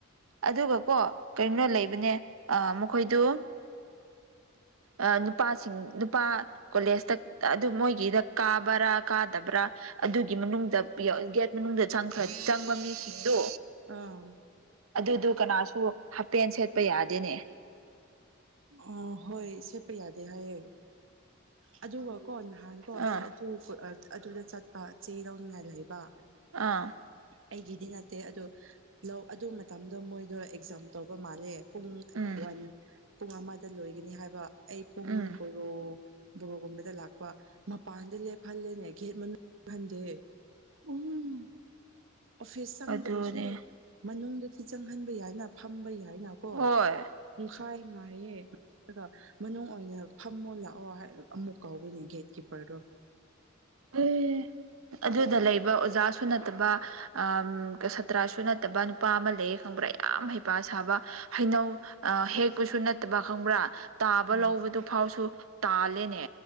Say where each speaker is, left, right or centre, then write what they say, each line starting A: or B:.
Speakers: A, on the right; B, on the right.
A: ꯑꯗꯨꯒꯀꯣ ꯀꯔꯤꯅꯣ ꯂꯩꯕꯅꯦ ꯑ ꯃꯈꯣꯏꯗꯨ
B: <inaudible>
A: ꯑꯥ ꯅꯨꯄꯥꯁꯤꯡ ꯅꯨꯄꯥ ꯀꯣꯂꯦꯖꯇ ꯑꯗꯨ ꯃꯣꯏꯒꯤꯔ ꯀꯥꯕ꯭ꯔꯥ ꯀꯥꯗꯕ꯭ꯔꯥ ꯑꯗꯨꯒꯤ ꯃꯅꯨꯡꯗ ꯄꯤ ꯒꯦꯠ ꯃꯅꯨꯡꯗꯆꯪꯈ꯭ꯔ ꯆꯪꯕ ꯃꯤꯁꯤꯡꯗꯣ
B: ꯑꯥꯎ
A: ꯑꯗꯨꯗꯨ ꯀꯅꯥꯁꯨ ꯍꯥꯄꯦꯟ ꯁꯦꯠꯄ ꯌꯥꯗꯦꯅꯦ
B: ꯍꯣ ꯍꯣꯏ ꯁꯦꯠꯄ ꯌꯥꯗꯦ ꯍꯥꯏꯌꯦ ꯑꯗꯨꯒ ꯀꯣ ꯅꯍꯥꯟ ꯀꯣ
A: ꯑꯥ
B: ꯑꯩ ꯑꯗꯨꯗ ꯆꯠꯄ ꯆꯦ ꯂꯧꯅꯤꯡꯉꯥꯏ ꯂꯩꯕ
A: ꯑꯥ
B: ꯑꯩꯒꯤꯗꯤ ꯅꯠꯇꯦ ꯑꯗꯨ ꯂꯧ ꯑꯗꯨ ꯃꯇꯝꯗꯣ ꯃꯣꯏꯗꯣ ꯑꯦꯛꯖꯥꯝ ꯇꯧꯕ ꯃꯥꯜꯂꯦ ꯄꯨꯡ
A: ꯎꯝ
B: ꯋꯥꯟ ꯄꯨꯡ ꯑꯃꯗ ꯂꯣꯏꯒꯅꯤ ꯍꯥꯏꯕ ꯑꯩ ꯄꯨꯡ
A: ꯎꯝ
B: ꯕꯣꯔꯣ ꯕꯣꯔꯣꯒꯨꯝꯕꯗ ꯂꯥꯛꯄ ꯃꯄꯥꯟꯗ ꯂꯦꯞꯍꯜꯂꯦꯅꯦ ꯒꯦꯠ ꯃꯅꯨꯡ ꯆꯪꯍꯟꯗꯦ ꯎꯝ ꯑꯣꯐꯤꯁ ꯆꯪꯗ꯭ꯔꯁꯨ
A: ꯑꯗꯨꯅꯦ
B: ꯃꯅꯨꯡꯗꯗꯤ ꯆꯪꯍꯟꯕ ꯌꯥꯏꯅ ꯐꯝꯕ ꯌꯥꯏꯅꯀꯣ
A: ꯍꯣꯏ
B: ꯄꯨꯡꯈꯥꯏ ꯉꯥꯢꯌꯦ ꯑꯗꯨꯒ ꯃꯅꯨꯡ ꯑꯣꯏꯅ ꯐꯝꯃꯣ ꯂꯥꯛꯑꯣ ꯍꯥꯏ ꯑꯃꯨꯛ ꯀꯧꯕꯅꯦ ꯒꯦꯠ ꯀꯤꯄꯔꯗꯣ
A: ꯑꯦ ꯑꯗꯨꯗ ꯂꯩꯕ ꯑꯣꯖꯥ ꯁꯨ ꯅꯠꯇꯕ ꯑꯥ ꯁꯥꯇ꯭ꯔꯁꯨ ꯅꯠꯇꯕ ꯅꯨꯄꯥ ꯑꯃ ꯂꯩꯌꯦ ꯈꯪꯕ꯭ꯔꯥ ꯌꯥꯝ ꯍꯩꯄꯥ ꯁꯥꯕ ꯍꯩꯅꯧ ꯑ ꯍꯦꯛꯄꯨꯁꯨ ꯅꯠꯇꯕ ꯈꯪꯕ꯭ꯔꯥ ꯇꯥꯕ
B: ꯎꯝ
A: ꯂꯧꯕꯗꯨ ꯐꯥꯎꯁꯨ ꯇꯥꯜꯂꯦꯅꯦ